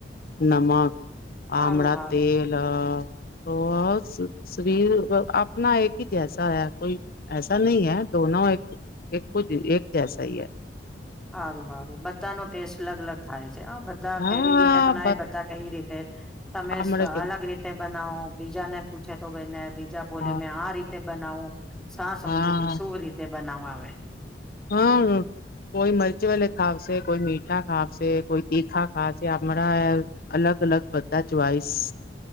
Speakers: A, on the left; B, in the centre.
A: નમક.
B: હારું
A: આમળ
B: હારું
A: તેલ. હસ. શરીર આપના એક હ જૈસા હૈ કોઈ એસાા નહી હૈ દોન એક એકજ એક જૈસા હ હૈ.
B: હા રું હા રું બધા નો ટેસ્ટ અલગ અલગ થાય છે. બધા
A: હા
B: કેવી રીતે બનાય બધા કેવી રીતે તમે
A: આમળે કે
B: અલગ રીતે બનાવો બીજા ને પૂછે તો ભાઈને બીજા બોલે
A: હા
B: મેં આ રીતે. બનાવું. સા સમજો
A: હા
B: કે શું રીતે. બનાવ આવે.
A: હા કોઈ મરચ વલે ખાવશે કોઈ મીઠા ખાવશે કોઈ તીખા ખાશે હણા અલગ અલગ બધા ચોઈસ.